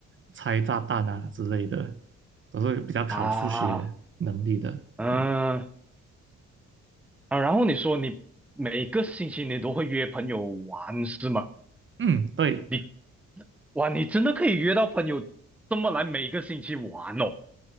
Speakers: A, on the right; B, in the centre.
A: 拆炸弹啊之类的，都是比较考数学能力的。
B: 啊嗯
A: 嗯
B: 啊，然后你说你每个星期你都会约朋友玩是吗？
A: 嗯，对
B: 你。哇，你真的可以约到朋友这么来每个星期玩哦，